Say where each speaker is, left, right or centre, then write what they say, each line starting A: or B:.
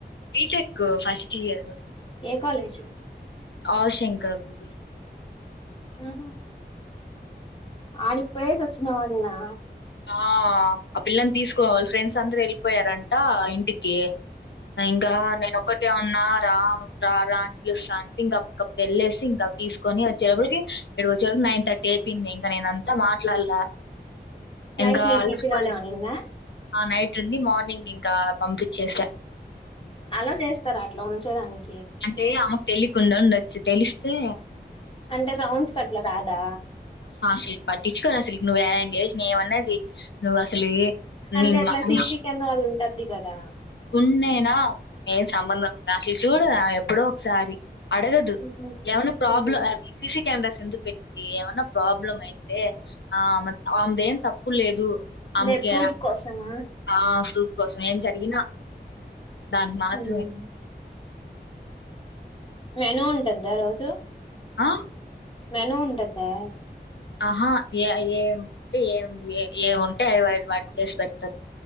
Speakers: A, on the left; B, on the left.
A: టెక్ ఫస్ట్ ఇయర్
B: ఏ కాలజ
A: ఆవు శంకరబ్బగు
B: ఆహో ఆడికి పోయే సచ్చనావా నినా
A: ఆ ఆ పిల్లని తీసుకున్న వాళ్ళు ఫ్రెండ్స్ అందరుూ వెళ్ళిపోయారంట ఇంటికి ఇంకా నేను ఒకక్కటి న్న రా రా పలు అంటే ఇంకప్పటికప్పుడు వెళ్ళేసి ఇంకా తీసుకొని వచ్చేకి ఏడు వచ్చకి నైన్ థర్టీ అయి చెప్పింది ఇంక నేనంతా మాట్లాడలా
B: నైట్
A: ఇంకా
B: మీ
A: అలసిపోయి
B: పీచ్ లోనే ఉనిందా
A: నైట్ ఉంది మార్నింగ్ ఇంకా పంపించేస్త
B: అలా చేస్తారా అట్లా ఉంచేదానికి
A: అంటే అమ్మకు తెలియకుండా ఉండొచ్చు తెలిస్తే
B: అంటే రౌండ్స్ కట్లా రాదా
A: సిక్ పార్టీచ్చ సిక్ ను వరాయి నేమన్నది నువ్వు అసలు
B: అంటే
A: నేను
B: అట్లా
A: మా
B: సీసి కెమెరాలు ఉంటది ది కదా
A: ఉన్నేనా నేం సంబంధం ఉంటా అసలు చూడ ఎప్పుడో ఒకసారి అడగదు
B: హుహు.
A: ఎవనా ప్రాబ్లం
B: హ్మ్.
A: అస కంద సిందు పెట్టింది ఏమన్నా ప్రాబ్లం అయితే ఆ ఆమెది ఏం తప్పు లేదు
B: అంటే
A: ఆమెకి
B: ప్రూఫ్ కోసమా
A: ఆ ట్రూ కోసం ఏం జరిగినా దాని మాత్రమే
B: హ్మ్. మెనూ ఉంటుంద్దా రోజు
A: ఆ
B: మేను ఉంటుంద్దా
A: ఆహా ఏ ఏంటే ఏం ఏ ఏముంటే అది వా వాటి చేసి పెడతారు